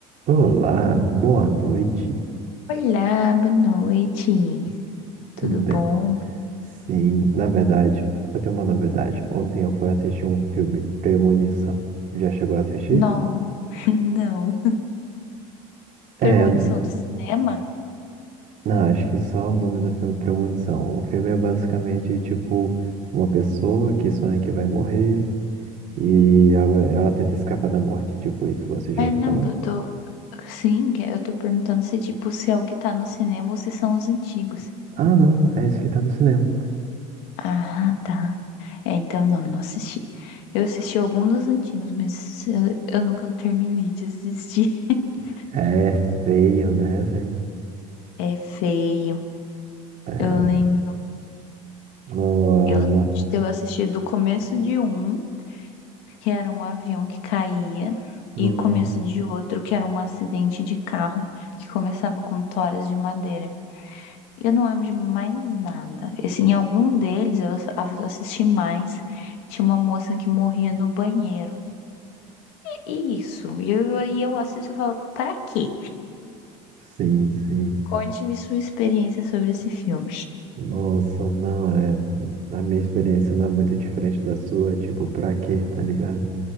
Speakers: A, on the right; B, on the left.
A: Olá, boa noite,
B: Olá, boa noite. Tudo
A: tudo bem?
B: bom?
A: Sim, na verdade, eu tenho uma novidade. Ontem eu fui assistir um filme, Premonição. Já chegou a assistir?
B: Não, <laughs> não.
A: É,
B: Premonição do cinema?
A: não, acho que só o nome do filme é Premonição. O filme é basicamente tipo uma pessoa que sonha que vai morrer e ela, ela tenta escapar da morte, tipo isso. Você já
B: É,
A: ouviu
B: não,
A: falar?
B: eu tô. Sim, que eu tô perguntando se, tipo, se é o que tá no cinema ou se são os antigos.
A: Ah, não, é esse que tá no cinema.
B: Ah, tá. É, então não, não assisti. Eu assisti algum dos antigos, mas eu, eu nunca terminei de assistir. <laughs>
A: É feio, né, velho?
B: É feio.
A: É,
B: Eu lembro,
A: não,
B: eu
A: ah,
B: lembro
A: não,
B: de ter assistido o começo de um. que era um avião que caía,
A: não.
B: e começo de outro, que era um acidente de carro, que começava com toras de madeira. E Eu não lembro de mais nada. Assim, em algum deles eu ass- assisti mais. Tinha uma moça que morria no banheiro. E isso. E eu, aí eu assisto e falo, pra quê?
A: Sim, sim.
B: Conte-me sua experiência sobre esse filme.
A: Nossa, não, é. A minha experiência não é muito diferente da sua, tipo, pra quê, tá ligado?